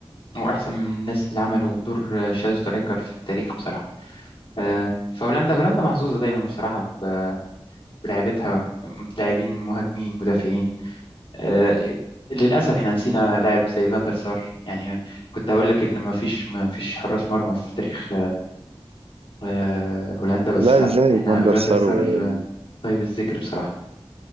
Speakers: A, on the left; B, on the right.
A: هو أحسن من الناس اللي عملوا دور آه، شادو سترايكر في التاريخ بصراحة آه، فهولندا هولندا محظوظة دايما بصراحة ب- بلاعيبتها لاعبين مهاجمين مدافعين آه، للأسف احنا نسينا لاعب زي فاندر سار يعني كنت هقول لك إن ما فيش ما فيش حراس مرمى في تاريخ آه، هولندا بس
B: لا
A: لا
B: إزاي
A: احنا
B: فاندر
A: فاندر
B: سار
A: سار
B: و-
A: آه، طيب الذكر بصراحة